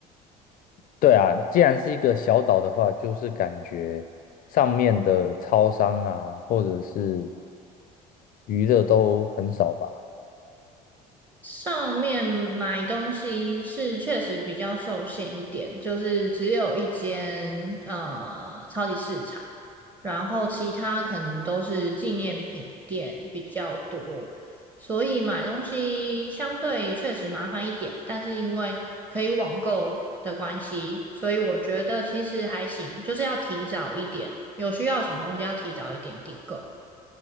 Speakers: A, on the left (about 45°); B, on the right (about 20°).
A: 对啊，既然是一个小岛的话，就是感觉上面的超商啊，或者是娱乐都很少吧。
B: 上面买东西是确实比较受限一点，就是只有一间呃超级市场，然后其他可能都是纪念品店比较多，所以买东西相对确实麻烦一点，但是因为可以网购的关系，所以我觉得其实还行，就是要提早一点，有需要什么东西要提早一点订购。